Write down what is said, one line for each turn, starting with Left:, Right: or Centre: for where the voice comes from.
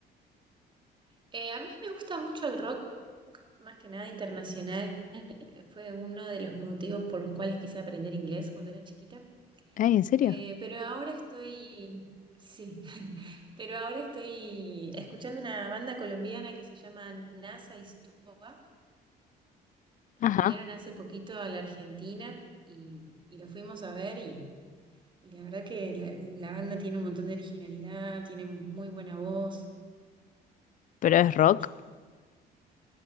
Right: Eh, a mí me gusta mucho el rock, más que nada internacional. Fue uno de los motivos por los cuales quise aprender inglés cuando era chiquita.
Left: Ay, ¿en serio?
Right: Eh, pero ahora estoy, sí, <laughs> pero ahora estoy escuchando una banda colombiana que se llama NASA y Stupa, que
Left: Ajá,
Right: vinieron hace poquito a la Argentina y, y los fuimos a ver Y la verdad que la, la banda tiene un montón de originalidad, tiene muy buena voz,
Left: pero
Right: me
Left: es
Right: gusta
Left: rock.
Right: mucho.